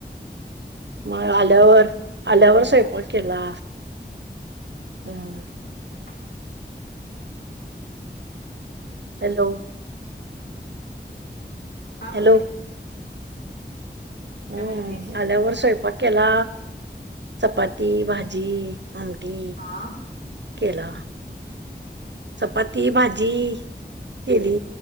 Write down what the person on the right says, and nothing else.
म आल्यावर, आल्यावर
स्वयंपाक
केला, हम.
हॅलो?
हॅलो
हम्म
आल्यावर स्वयंपाक केला, चपाती भाजी, आमटी
केला, चपाती भाजी केली.